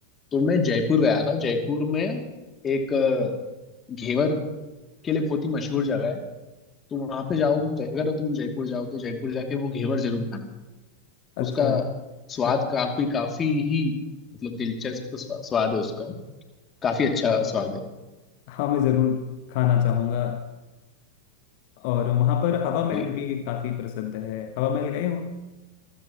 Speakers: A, on the left; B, on the left.
A: तो मैं जयपुर गया था जयपुर में एक अ, घेवर के लिए बहुत ही मशहूर जगह है तो वहां पे जाओ अगर तुम जयपुर जाओ तो जयपुर जाके वो घेवर जरूर खाना
B: अच्छा
A: उसका स्वाद
B: अ-
A: काफी काफी ही मतलब दिलचस्प स्वा- स्वाद है उसका काफी अच्छा स्वाद है
B: हाँ मैं ज़रूर खाना चाहूँगा और वहाँ पर हवा महल
A: बिल्कुल
B: भी काफ़ी प्रसिद्ध है हवा महल गए हो